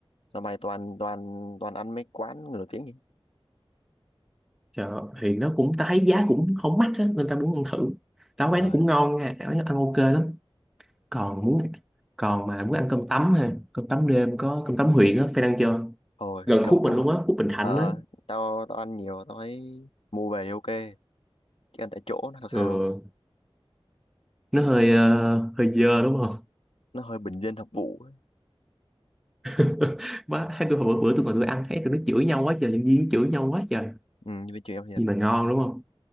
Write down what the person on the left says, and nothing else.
sao mày toàn toàn toàn ăn mấy quán người nổi tiếng vậy
trời
thôi
cầm
tụi
mày
ờ
ờ, tao tao ăn nhiều tao thấy mua về thì ok chứ ăn tại chỗ nó sao sao
á
nó hơi bình dân hợp vụ á.
ừ, như bên trường em thiệt